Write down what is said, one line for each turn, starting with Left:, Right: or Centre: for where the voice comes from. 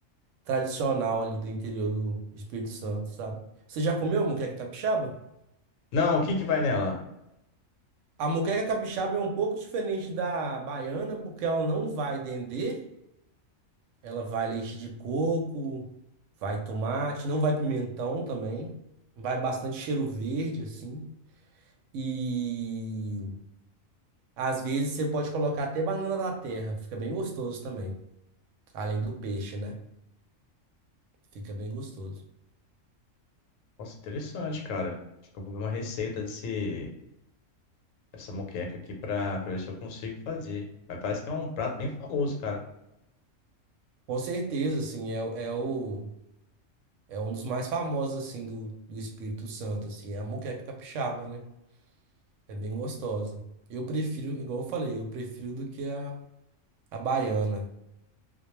Right: tradicional ali do interior do Espírito Santo, sabe? Você já comeu moqueca capixaba?
Left: Não, o que que vai nela?
Right: A moqueca capixaba é um pouco diferente da baiana, porque ela não vai dendê, Ela vai leite de coco, vai tomate, não vai pimentão também. Vai bastante cheiro verde, assim. E às vezes você pode colocar até banana da terra, fica bem gostoso também. Além do peixe, né? Fica bem gostoso.
Left: Nossa, interessante, cara. Acho que eu vou ver uma receita desse, dessa moqueca aqui pra, pra ver se eu consigo fazer. Mas parece que é um prato bem famoso, cara.
Right: Com certeza, assim, é, o- é o é um dos mais famosos assim do, do Espírito Santo, assim, é a moqueca capixaba, né? É bem gostosa. Eu prefiro, igual eu falei, eu prefiro do que a, a baiana.